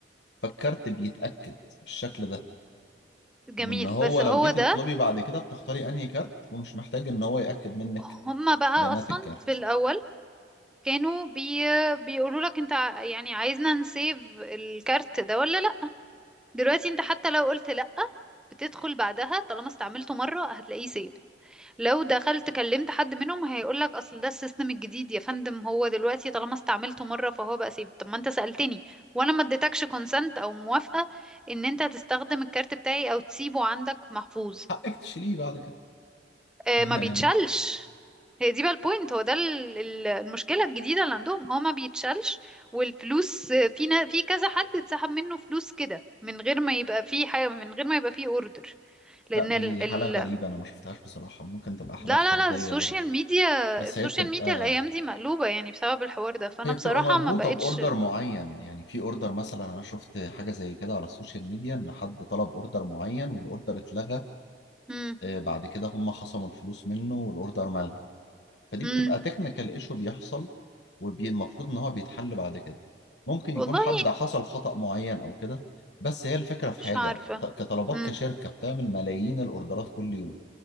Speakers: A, on the left; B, in the centre.
A: فالكارت بيتاكد بالشكل ده
B: جميل
A: وان هو
B: بس
A: لو
B: هو
A: جيتي
B: ده
A: تطلبي بعد كده بتختاري انهي كارت ومش محتاج ان هو ياكد منك
B: هما بقى
A: بيانات
B: اصلا
A: الكارت
B: في الاول كانوا بي بيقولوا لك انت ع- يعني عايزنا نسيف الكارت ده ولا لا دلوقتي انت حتى لو قلت لأ بتدخل بعدها طالما استعملته مرة هتلاقيه saved لو دخلت كلمت حد منهم هيقولك اصل ده السيستم الجديد يا فندم هو دلوقتي طالما استعملته مرة فهو بقى saved طب ما انت سألتني وانا ما اديتكش consent او موافقة ان انت هتستخدم الكارت بتاعي او تسيبه عندك محفوظ
A: حقك تشيليه بعد كده
B: آه،
A: <laughs>
B: ما
A: يعني
B: بيتشالش هي دي بقى البوينت هو ده ال- ال- المشكلة الجديدة اللي عندهم هو ما بيتشالش والفلوس آه، في نا- في كذا حد اتسحب منه فلوس كده من غير ما يبقى فيه حاجة من غير ما يبقى فيه اوردر لأن
A: لا دي
B: ال... ال...
A: حالة غريبة أنا ما شفتهاش بصراحة ممكن تبقى حالات
B: لا
A: فردية
B: لا لا السوشيال
A: برضه
B: ميديا
A: بس
B: السوشيال
A: هي بتبقى
B: ميديا الأيام دي مقلوبة يعني بسبب الحوار ده فأنا
A: هي
B: بصراحة
A: بتبقى مربوطة
B: ما بقتش
A: بأوردر معين يعني في أوردر مثلا أنا شفت حاجة زي كده على السوشيال ميديا إن حد طلب أوردر معين والأوردر اتلغى
B: مم.
A: آه، بعد كده هم خصموا الفلوس منه والأوردر ملغي فدي
B: مم.
A: بتبقى تكنيكال ايشو بيحصل والمفروض ان هو بيتحل بعد كده ممكن يكون
B: والله
A: حد حصل خطأ معين او كده بس هي الفكرة في
B: مش
A: حاجة
B: عارفة
A: ط- كطلبات
B: مم.
A: كشركة بتعمل ملايين الاوردرات كل يوم